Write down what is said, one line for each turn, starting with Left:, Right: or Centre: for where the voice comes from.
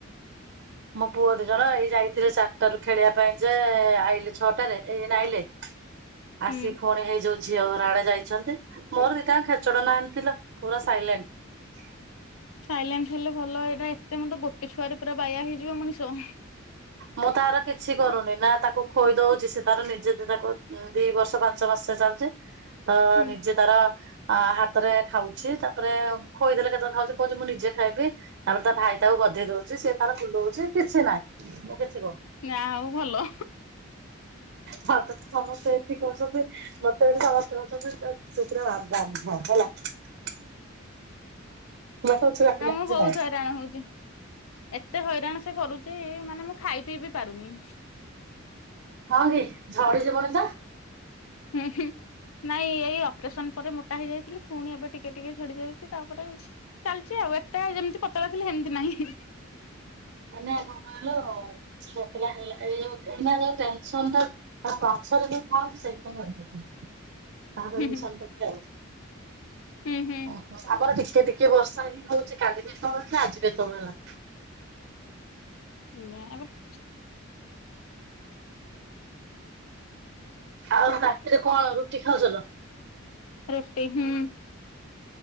Right: ମୋ ପୁଅ ଦି ଜଣ ଏଇ ଯାଇଥିଲେ ଚାରିଟା ରୁ ଖେଳିବା ପାଇଁ ଯେ ଆଇଲେ ଛଅଟାରେ ଏଇନା ଆଇଲେ। ଆସି
Left: ହୁଁ
Right: ଫୁଣି ହେଇ ଯୋଉ ଝିଅ ଘର ଆଡେ ଯାଇଛନ୍ତି। ମୋର ଦିଟାଙ୍କ ଖେଚଡ ନାହାନ୍ତି ଲୋ ଆଣିଥିଲେ ପୁରା ସାଇଲେଣ୍ଟ।
Left: ସାଇଲେଣ୍ଟ ହେଲେ ଭଲ ଏଇଟା ଏତେ ମେ ଗୋଟେ- ଛୁଆରେ ପୁରା ବାୟା ହେଇଯିବ ମଣିଷ।
Right: ମୁଁ ତାର କିଛି କରୁନି ନା ତାକୁ ଖୋଇ ଦଉଛି ସେ ତାର ନିଜେ ତାକୁ ଦି ବର୍ଷ ପାଞ୍ଚ ବର୍ଷ ଚାଲୁଛି- ହଁ
Left: ହୁଁ
Right: ନିଜେ ତାର- ଆ ହାତରେ ଖାଉଛି। ତାପରେ ଖୋଇଦେଲେ କେତେବେଳେ ଖାଉଛି କହୁଛି ମୁଁ ନିଜେ ଖାଇବି ତାପରେ ତା ଭାଇ ତାକୁ ଗଧେଇ ଦଉଛି। ସେ ତାର ଭୁଲଉଛି କିଛି ନାହିଁ। କିଛି କରୁନି।
Left: ନାାଁ ହଉ ଭଲ।
Right: ମତେ ତ ସମସ୍ତେ ଏଠି କହୁଛନ୍ତି ମତେ ଏ ସୁୂପ ଆଧାନ୍ ହେଲା <unintelligible> ମୁଁ କହୁଛି
Left: ମୁଁ
Right: ନାଇଁ
Left: ବହୁତ ହଇରାଣ ହଉଛି। ଏତେ ହଇରାଣ ସେ କରୁଛି, ମାନେ ମୁଁ ଖାଇ ପିଇ ବି ପାରୁନି।
Right: ହଁ କି! ଝଡି ଯିବନି ତ!
Left: ହୁଁ ହୁଁ ନାଇଁ ଏଇ ଅପରେସନ ପରେ ମୁ- ମୋଟ ହେଇ ଯାଇଥିଲି ପୁଣି ଏବେ ଟିକେ ଟିକେ- ଝଡି ଯାଉଛି ତାପରେ, ଚାଲିଛି ଆଉ ଏତେ ଯେମତି ପତଳା ଥିଲି ହେମତି ନାହିଁ।
Right: ମାନେ <unintelligible> ପୁଆପିଲା ହେଲା ଏ ଏଇନା ଯୋଉ ଟେନସନ ଟା ପଛରେ ଯୋଉ କହନ୍ତି ସେଇତି ପାଇଁ ତା ପାଇଁ
Left: ହୁଁ
Right: ମୁଁ <unintelligible> ଆଉ
Left: ହୁଁ ହୁଁ।
Right: ଓ ଆପର ଟି ଟିକେ ଟିକେ ବର୍ଷା ହି ହଉଛି କାଲି ବି ଏତୋଳୁ ହେଇଥିଲା ଆଜି ବି ଏତୋଳୁ ହେଲା।
Left: ନା ଏ ବର <inaudible>
Right: ଆଉ ରାତିରେ କଣ ରୁଟି ଖାଉଚ ଲୋ?
Left: ରୁଟି ହୁଁ।